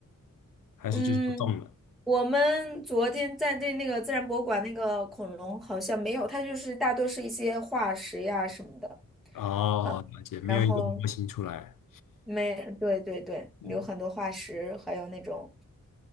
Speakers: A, on the left (about 70°); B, in the centre.
A: 还是就是不动的？
B: 嗯，我们昨天在对那个自然博物馆那个恐龙好像没有，它就是大多是一些化石呀什么的，
A: 哦，
B: 嗯，
A: 了解，没有一个模型出来。
B: 然后没，对对对，
A: 嗯
B: 有很多化石，还有那种